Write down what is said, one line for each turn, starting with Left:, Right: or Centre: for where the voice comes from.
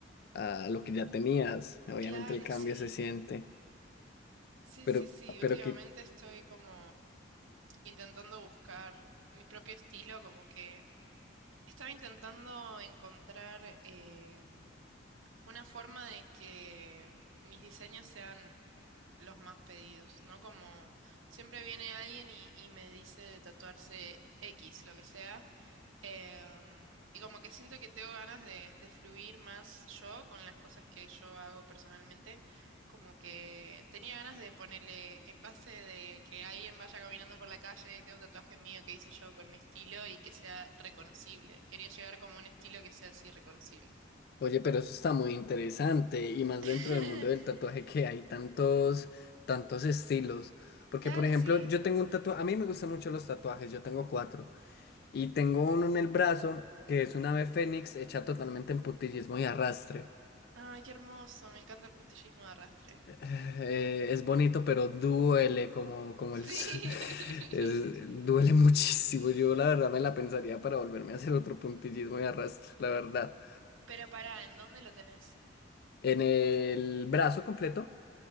Left: a lo que ya tenías. Obviamente
Right: Claro,
Left: el cambio
Right: sí.
Left: se siente,
Right: Sí,
Left: pero,
Right: sí, sí. Últimamente
Left: pero que,
Right: estoy como intentando buscar mi propio estilo, como que estaba intentando encontrar eh, una forma de que mis diseños sean los más pedidos, ¿no? Como siempre viene alguien y, y me dice de tatuarse X, lo que sea. em, y como que siento que tengo ganas de, de fluir más yo con las cosas que yo hago personalmente. Como que tenía ganas de ponerle que pase de que alguien vaya caminando por la calle y tenga un tatuaje mío que hice yo con mi estilo y que sea reconocible. Quería llegar como a un estilo que sea así reconocible.
Left: oye, pero eso está muy interesante y más
Right: <laughs>
Left: dentro del mundo del tatuaje que hay tantos, tantos estilos. Porque,
Right: Claro,
Left: por ejemplo,
Right: sí.
Left: yo tengo un tatuaje, a mí me gustan mucho los tatuajes, yo tengo cuatro y tengo uno en el brazo que es una ave fénix hecha totalmente en puntillismo y arrastre.
Right: Ay, qué hermoso. Me encanta el puntillismo de arrastre.
Left: Eh, es bonito, pero duele como, como
Right: Sí.
Left: el... s- <laughs> es-
Right: <laughs>
Left: duele muchísimo. Yo la verdad me la pensaría para volverme a hacer otro puntillismo y arrastre, la verdad.
Right: Pero pará, ¿en dónde lo tenés?
Left: En el brazo completo,